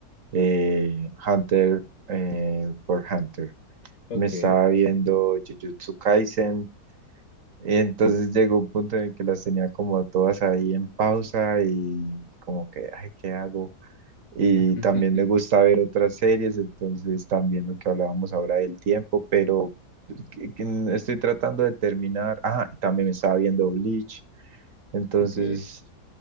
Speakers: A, on the right; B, on the left.
A: eh, Hunter eh, por Hunter,
B: Ok.
A: me estaba viendo Jujutsu Kaisen, y entonces llegó un punto en el que las tenía como todas ahí en pausa y como que, ay, ¿qué hago? Y
B: <laughs>
A: también me gusta ver otras series, entonces también lo que hablábamos ahora del tiempo, pero que- que estoy tratando de terminar. Ah, y también me estaba viendo Bleach, entonces
B: Ok.